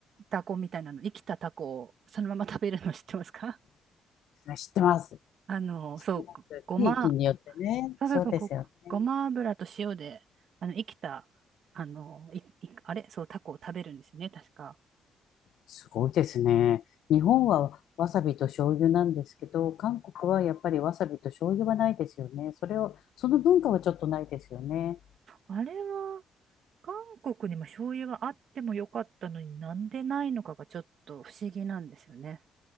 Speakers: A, on the right (about 55°); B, on the left (about 75°).
A: タコみたいなの、生きたタコをそのまま食べるの知ってますか
B: 知ってます。
A: <laughs> あの、
B: 知ってます。
A: そう、ごごま、
B: 地域によってね。
A: そうそうそう、
B: そうですよね。
A: ご、ごま油と塩で、あの、生きた、あの、い、い、あれ、そう、タコを食べるんですね、確か。
B: すごいですね。日本はわさびと醤油なんですけど、韓国はやっぱりわさびと醤油はないですよね。それを、その文化はちょっとないですよね。
A: あれは、韓国にも醤油はあってもよかったのになんでないのかがちょっと不思議なんですよね。